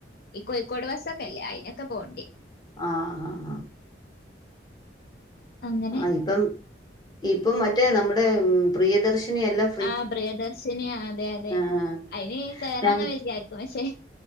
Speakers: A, on the left; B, on the left.
A: ഈ കോഴിക്കോട് ബസ്സക്കെല്ലേ അയിനൊക്കെ പോവണ്ടി.
B: ആഹ് ആഹ് ആഹ്
A: അങ്ങനെ
B: ആഹ് ഇപ്പം ഇപ്പം മറ്റേ നമ്മുടെ പ്രിയദർശിനിയല്ലം
A: ആഹ് പ്രിയദർശിനി അതെ അതെ
B: ആഹ്
A: അയിന് കേറാന്ന്
B: ഞ
A: വിചാരിക്കും പക്ഷേ